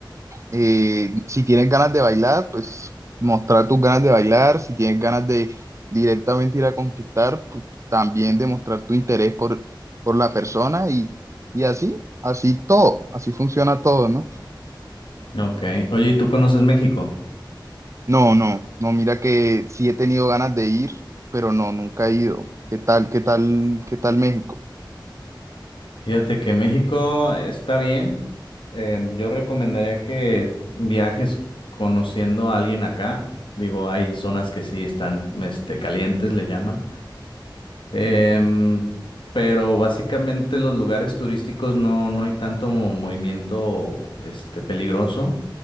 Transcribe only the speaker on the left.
Ok, oye, ¿y tú conoces México?
Fíjate que México está bien. Em, yo recomendaría que viajes conociendo a alguien acá. Digo, hay zonas que sí están, este, calientes, le llaman. Em, pero básicamente los lugares turísticos no, no hay tanto movimiento este, peligroso,